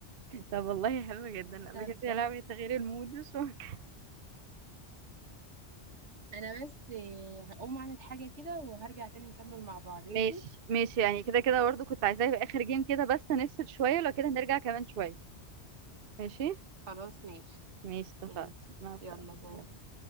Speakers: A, on the right (about 60°); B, on the right (about 85°).
A: طب والله حلوة جدا لا
B: طب
A: بجد يا لهوي تغيير المود مش ممكن
B: انا بس هقوم اعمل حاجه كده وهرجع تاني نكمل مع بعض ماشي
A: ماشي ماشي يعني كده كده برضو كنت عايزاه يبقى اخر جيم كده بس هنفصل شويه لو كده نرجع كمان شويه ماشي
B: خلاص ماشي
A: ماشي اتفقنا
B: ماشي
A: مع السلامه
B: يلا باي